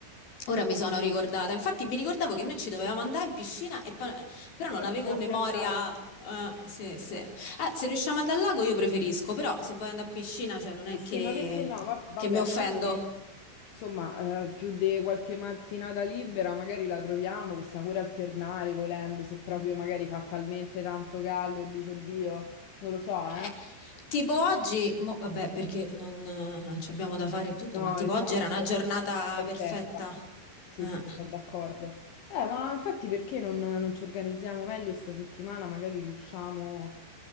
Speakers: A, on the left; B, on the left.
A: Ora mi sono ricordata. Infatti mi ricordavo che noi ci dovevamo andare in piscina, e poi- però
B: Poi
A: non avevo
B: ci siamo
A: memoria.
B: più andate.
A: eh, se, se- eh, se riusciamo ad andare al lago io preferisco, però se vuoi andare a piscina, cioè non
B: Ma
A: è
B: sì,
A: che
B: ma perché no? Ma vabbè,
A: che mi offendo.
B: a parte che insomma, eh, più di qualche mattinata libera magari la troviamo, possiamo pure alternare volendo, se proprio magari fa talmente tanto caldo e dici oddio, non lo so, eh.
A: Eh, tipo oggi, mo- vabbè, perché non eh, ci abbiamo da fare e tutto,
B: No,
A: ma tipo
B: esatto.
A: oggi era una giornata
B: Perfetta.
A: perfetta.
B: Sì,
A: Eh.
B: sì, sono d'accordo. Eh, ma infatti perché non, non ci organizziamo meglio sta settimana? Magari riusciamo